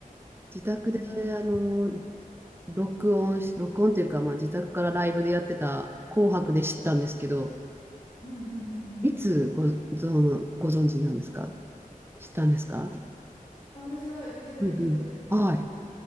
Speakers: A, on the right; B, on the left.
A: 自宅であの、
B: うん。
A: 録音し、録音というか、まあ、自宅からライブでやってた紅白で知ったんですけど、
B: うんうんうんうん。
A: いつご、ぞご存知なんですか知ったんですか
B: あ、私が藤井風した時
A: うんうん。はい。